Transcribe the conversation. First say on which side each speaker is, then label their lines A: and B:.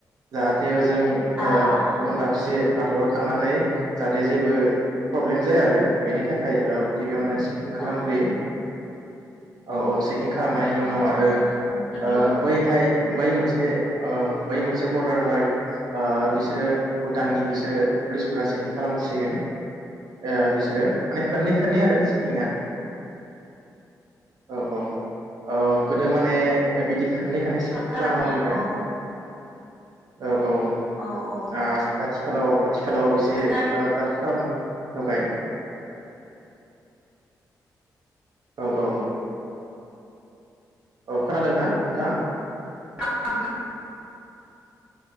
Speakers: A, on the right; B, on the right.
A: जाहाथे जों ओ
B: आ आ आ
A: गुबुन दाबसे हादराव थांनानै जाहाथे जेबो प्रब्लेम जाया आरो बेनि थाखाय गिबियावनो सेकिं खालामग्रोयो।
B: आ
A: औ औ से किं खालामनायनि
B: आ आ
A: उनाव आरो
B: उम नंगौ
A: ओ
B: नंगौ
A: बैहाय बै मोन से ओ बै मोनसे बर्डार है ओ बिसोरो भुटाननि बिसोरो पुलिसफोरा चेकिं खालामसिगोन ओ बिसोरो माने खनै खनै आरो चेकिंआ। औ औ गोदो माने बिदि खनै खनै सेकिं खालामामोननो।
B: माने औ
A: औ औ
B: औ औ
A: आ आथिखालाव आथिखालाव एसे
B: हेल'
A: थाब खालाम होबाय। औ औ औ खोनादोंना नोंथाङा?
B: <inaudible>